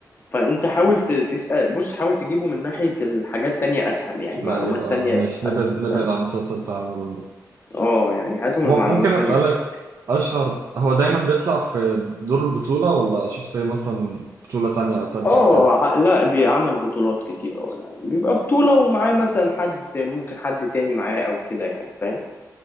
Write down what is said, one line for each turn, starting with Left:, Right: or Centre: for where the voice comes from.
Left: فانت حاول ت- تسأل بص حاول تجيبه من ناحية الحاجات تانية اسهل يعني
Right: لا
Left: معلومات
Right: يبقى
Left: تانية
Right: ماشي
Left: اسهل
Right: نبعد نبعد
Left: فاهم
Right: عن المسلسل بتاع رمضان ده
Left: اه يعني هاته من
Right: م-
Left: معلومات
Right: ممكن أسألك
Left: تانية اسهل
Right: أشهر هو دايما بيطلع في دور البطولة ولا شخصية مثلا بطولة تانية أو تالتة
Left: اه
Right: وكده
Left: ع- لا بيعمل بطولات كتير اه يعني بيبقى بطولة ومعاه مثلا حد ممكن حد تاني معاه او كده يعني فاهم